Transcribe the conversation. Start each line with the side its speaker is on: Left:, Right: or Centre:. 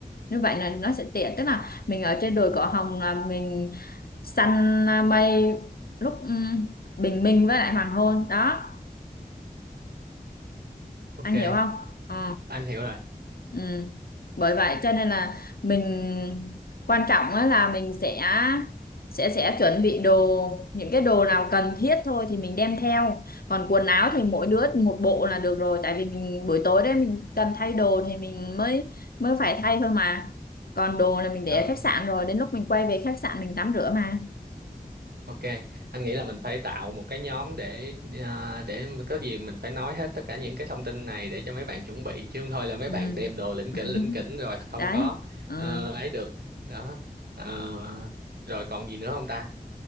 Left: như vậy là nó sẽ tiện tức là mình ở trên đồi cỏ hồng là mình săn à, mây lúc ừm, bình minh với lại hoàng hôn đó
Right: Ok,
Left: anh hiểu không ừ.
Right: anh hiểu rồi.
Left: Ừ. Bởi vậy cho nên là mình quan trọng á là mình sẽ sẽ sẽ chuẩn bị đồ những cái đồ nào cần thiết thôi thì mình đem theo còn quần áo thì mỗi đứa một bộ là được rồi tại vì mình buổi tối đấy mình cần thay đồ thì mình mới mới phải thay thôi mà còn đồ là mình để
Right: Ừ.
Left: ở khách sạn rồi đến lúc mình quay về khách sạn mình tắm rửa mà
Right: Ok, anh nghĩ là mình phải tạo một cái nhóm để à, để mà có gì mình phải nói hết tất cả những cái thông tin này để cho mấy bạn chuẩn bị chứ không thôi là mấy
Left: ừ.
Right: bạn đem đồ lỉnh
Left: <laughs>
Right: kỉnh lỉnh kỉnh rồi không
Left: đấy
Right: có
Left: ừ.
Right: ờ, ấy được đó Ờ, rồi còn gì nữa không ta?